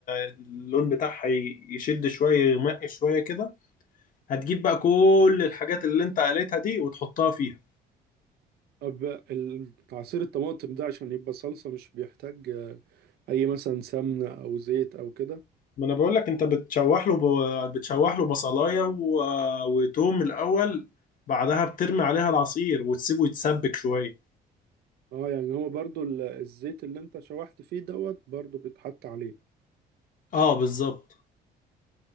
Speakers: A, on the left; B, on the right.
A: اللون بتاعها ي- يشد شوية يغمق شوية كده هتجيب بقى كل الحاجات اللي انت قالتها دي وتحطها فيها
B: طب ال- عصير الطماطم ده عشان يبقى صلصة مش بيحتاج آه، أي مثلا سمنة أو زيت أو كده
A: ما انا بقول لك انت بتشوح له ب... بتشوح له بصلايه و... وتوم الاول بعدها بترمي عليها العصير وتسيبه يتسبك شويه
B: اه يعني هو برضه ال- الزيت اللي انت شوحت فيه دوت برضه بيتحط عليه
A: اه بالظبط